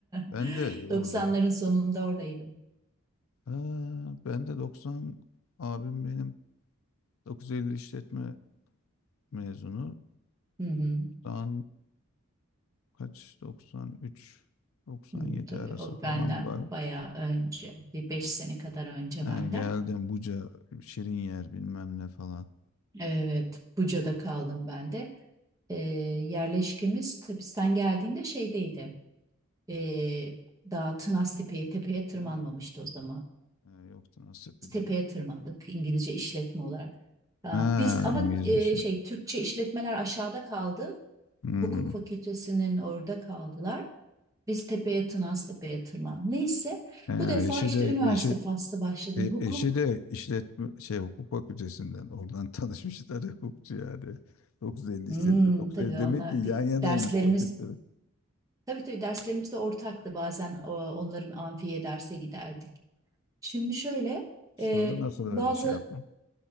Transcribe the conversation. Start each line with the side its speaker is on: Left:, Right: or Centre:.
Left: Ben
Right: <laughs>
Left: de oradayım.
Right: doksanların sonunda oradaydım.
Left: Ha, ben de 90 abim benim 950 işletme mezunu.
Right: Hı hı.
Left: Tam kaç 93 97
Right: Hmm, tabii
Left: arası
Right: o
Left: falan
Right: benden
Left: var.
Right: bayağı önce, bir beş sene kadar önce
Left: Ha,
Right: benden.
Left: geldim Buca şirin yer bilmem ne falan.
Right: Evet, Buca'da kaldım ben de. Ee, yerleşkemiz tabii sen geldiğinde şeydeydi. Ee, daha Tınaz Tepe'ye, tepeye tırmanmamıştı
Left: Ha,
Right: o zaman.
Left: ha, yoktu nasip değil.
Right: Biz tepeye tırmandık İngilizce işletme olarak. Ha,
Left: Ha
Right: biz ama
Left: İngilizcesi.
Right: e, şey Türkçe işletmeler aşağıda kaldı.
Left: Hmm.
Right: Hukuk fakültesinin orada kaldılar. Biz tepeye Tınaz Tepe'ye tırmandık. Neyse
Left: Ha,
Right: bu defa
Left: eşi
Right: işte
Left: de
Right: üniversite
Left: eşi
Right: faslı başladı.
Left: E,
Right: Hukuk
Left: eşi de işletme şey hukuk fakültesinden oradan <laughs> tanışmışlar hukukçu yani. 950
Right: Hmm,
Left: işletme 950
Right: tabii
Left: demek
Right: onlar
Left: ki yan
Right: bir-
Left: yanaymış
Right: derslerimiz
Left: fakülteler.
Right: tabii tabii derslerimiz de ortaktı bazen o- onların amfiye derse giderdik. Şimdi şöyle
Left: Sonra
Right: e,
Left: nasıl öyle
Right: bazı
Left: şey yaptı?